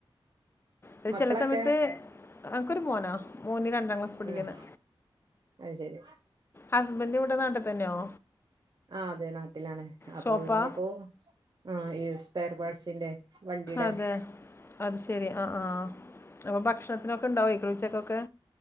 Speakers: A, on the left (about 25°); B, on the right (about 50°).
A: ഒരു
B: മക്കളൊക്കെ
A: ചിലസമയത്ത് അൻക്കൊരു മോനാ മോന് രണ്ടാം ക്ലാസ് പഠിക്കന്ന്
B: തന്നെ അത് ശരി
A: ഹുസ്ബന്റ് ഇവിടെ നാട്ടി തന്നെയോ
B: ആ അതെ നാട്ടിലാണ് അപ്പൊ
A: ഷോപ്പാ
B: അവരിനിപ്പോ ആഹ് ഈ സ്പെയർ പാട്സിന്റെ വണ്ടിയുടെ
A: അതെ അത് ശരി ആഹ് ആഹ് അപ്പോൾ ഭക്ഷണത്തിനൊക്കെ ഉണ്ടാവുയ്ക്കുലെ ഉച്ചക്കൊക്കെ